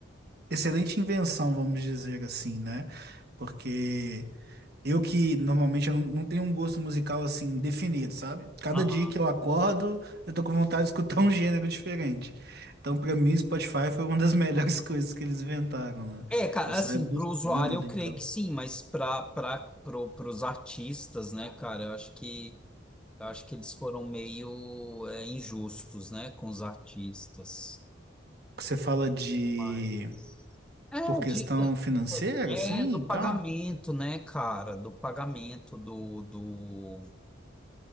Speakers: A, on the right (about 50°); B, in the centre.
A: excelente invenção, vamos dizer assim, né? Porque eu que normalmente eu não não tenho um gosto musical assim definido, sabe? Cada
B: Aham.
A: dia que eu acordo, eu tô com vontade de escutar um gênero diferente. Então, pra mim, Spotify foi uma das melhores <laughs> coisas que eles inventaram, né?
B: É, cara,
A: Eu saio
B: assim,
A: buscando
B: pro usuário
A: ali
B: eu creio
A: e tal.
B: que sim, mas pra, pra, pro, pros artistas, né, cara, eu acho que, eu acho que eles foram meio é, injustos, né, com os artistas.
A: Você fala de
B: Mas. É,
A: por questão
B: de,
A: financeira,
B: é
A: assim,
B: do
A: e
B: pagamento,
A: tal.
B: né, cara? Do pagamento do, do,